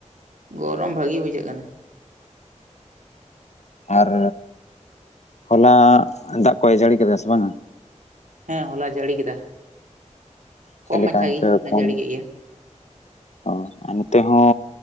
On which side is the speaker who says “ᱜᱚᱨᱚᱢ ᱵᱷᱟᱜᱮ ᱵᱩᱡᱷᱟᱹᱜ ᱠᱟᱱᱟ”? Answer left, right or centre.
Right